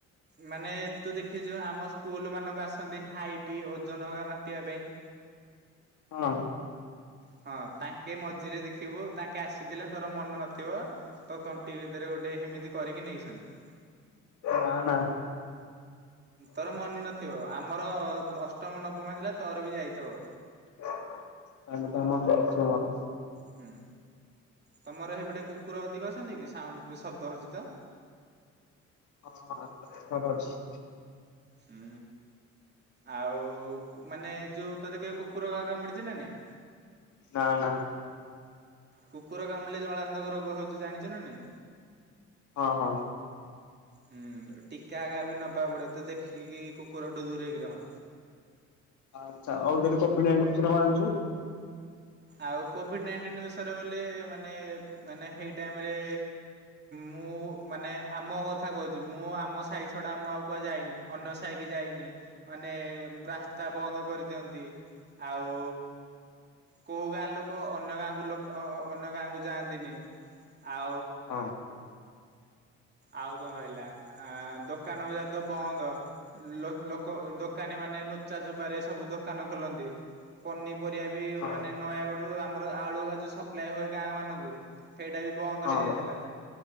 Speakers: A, on the right (about 35°); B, on the left (about 75°).
A: ମାନେ ଏ ତୁ ଦେଖିଚୁ ଆମ ସ୍କୁଲ ମାନଙ୍କ ଆସନ୍ତି ହାଇଟି ଓଜନ ହଗ ମାପିବା ପାଇଁ।
B: ହଁ।
A: ହଁ ତାଙ୍କେ ମଝିରେ ଦେଖିବୁ ତାଙ୍କେ ଆସିଥିଲେ ତୋର ମନ ନଥିବ। ତ ତଣ୍ଟି ଭିତରେ ଗୋଟେ ସେମିତି କରିକି ନେଇଛନ୍ତି।
B: ନା ନା
A: ତୋର ମନେ ନଥିବ ଆମର ଅଷ୍ଟମ ନବମ ହେଇଥିଲା ତୋର ବି ଯାଇଥିବ।
B: ତାହେଲେ ମୋର ମନେ ନଥିବ ମୋର।
A: ହୁଁ। ତମର ସେପଟେ କୁକୁର ଅଧିକ ଅଛନ୍ତି କି ସାଉଣ୍ଡ ଶବ୍ଦ ହଉଚି ତ।
B: ହଁ <unintelligible> ଅଛି
A: ହୁଁ। ଆଉ ମାନେ ଯୋଉ ତୋତେ କେବେ କୁକୁର କା କାମୁଡିଚି ନା ନାଇ?
B: ନା ନା
A: କୁକୁର କାମୁଡ଼ିଲେ ଜଳାନ୍ତକ ରୋଗ ହଉଚି ଜାଣିଚୁ ନା ନାଇଁ?
B: ହଁ ହଁ।
A: ହୁଁ, ଟୀକା ହେକା ବି ନବାକୁ ପଡିବ ତ ଦେଖିକି କୁକୁର ଡୁ ଦୂରେଇକି ରହ।
B: ଆଚ୍ଛା ଆଉ ଯଦି କୋବି ଫୋଭି ଆଣିଲୁନି କିସି ନହ ଆଣିଚୁ।
A: ଆଉ କୋବି <unintelligible> ବୋଲେ ମାନେ ମାନେ ହେଇ ଟାଇମ୍ ରେ ମୁଁ ମାନେ ଆମ କଥା କହୁଚି ମୁଁ ଆମ ସାଇ ଛଡ଼ା ମୁଁ ଆଉ କୁଆ ଯାଇନି। ଅନ ସାଇକି ଯାଇନି ମାନେ ରାସ୍ତା ବନ୍ଦ କରିଦିଅନ୍ତି। ଆଉ କୋଉ ଗାଁ ଲୋକ ଅନ୍ୟ ଗାଁକୁ ଲୋକ ଅ, ଅନ୍ୟ ଗାଁକୁ ଯାଆନ୍ତିନି। ଆଉ
B: ହଁ
A: ଆଉ କଣ ରହିଲା। ଆ, ଦୋକାନ ବଜାର ତ ବନ୍ଦ ଲୋ-ଲୋକ ଅଁ, ଦୋକାନୀ ମା ମାନେ ନୁଚା ଛୁବାରେ ସବୁ ଦୋକାନ ଖୋଲନ୍ତି। ପନିପରିବା ବି
B: ହଁ।
A: ମାନେ ନୟାଗଡରୁ ଆମର ଆଳୁ ଏକା ଯୋଉ ସପ୍ଲାାଏ ହୁଏ ଗାଁ ମାନଙ୍କୁ? ସେଇଟା ବି ବନ୍ଦ
B: ହଁ
A: ହେଇଯାଇଥିଲା।